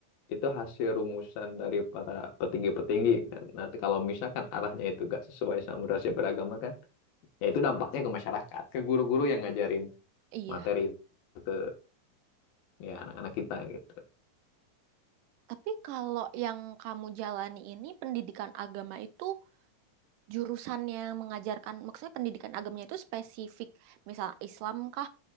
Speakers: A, on the left; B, on the right.
A: itu hasil rumusan dari para petinggi-petinggi kan. Nanti kalau misalkan arahnya itu gak sesuai sama moderasi beragama kan, ya itu dampaknya ke masyarakat, ke guru-guru yang ngajarin
B: Iya.
A: materi itu ke ya anak-anak kita gitu.
B: Tapi kalau yang kamu jalani ini pendidikan agama itu jurusannya mengajarkan maksudnya pendidikan agamanya itu spesifik misal Islam kah